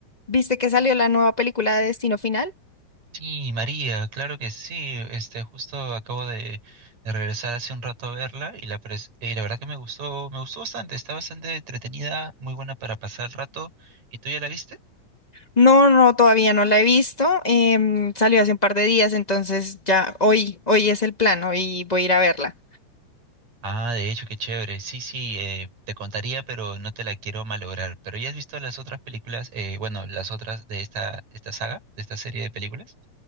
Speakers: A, on the left; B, on the right.
A: ¿Viste que salió la nueva película de Destino Final?
B: Sí, María, claro que sí. Este, justo acabo de, de regresar hace un rato a verla y la, pres- eh, la verdad que me gustó, me gustó bastante. Está bastante entretenida, muy buena para pasar el rato. ¿Y tú ya la viste?
A: No, no, todavía no la he visto. em, salió hace un par de días, entonces ya hoy, hoy es el plan, hoy voy a ir a verla.
B: Ah, de hecho, qué chévere. Sí, sí, eh, te contaría, pero no te la quiero malograr. ¿Pero ya has visto las otras películas? eh, bueno, las otras de esta, esta saga, de esta serie de películas.